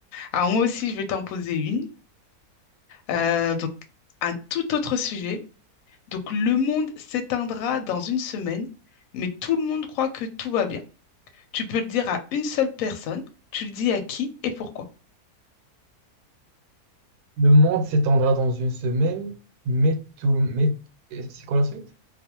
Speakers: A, on the left (about 70°); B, on the right (about 90°).
A: Alors moi aussi, je vais t'en poser une. Euh, donc, un tout autre sujet. Donc, le monde s'éteindra dans une semaine, mais tout le monde croit que tout va bien. Tu peux le dire à une seule personne, tu le dis à qui et pourquoi.
B: Le monde s'étendra dans une semaine, mais tout, mais euh, c'est quoi la suite?